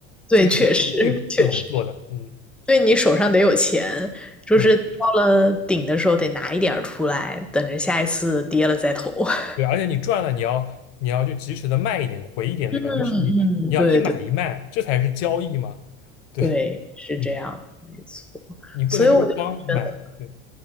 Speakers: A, in the centre; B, on the left.
A: 对，
B: 这个是最最不能做的，
A: 确实确实，
B: 嗯，
A: 对你手上得有钱，就是到了顶的时候得拿一点儿出来，
B: 对。
A: 等着下一次跌了再投。<laughs>
B: 对，而且你赚了，你要你要就及时的卖一点，回一点利润，
A: 嗯
B: 就是你你要一买一卖，
A: 嗯，对对
B: 这才是交易嘛。对，
A: 对，是这样的，
B: 嗯，
A: 没错。
B: 你不能就是光买，
A: 所以我就觉得。
B: 对，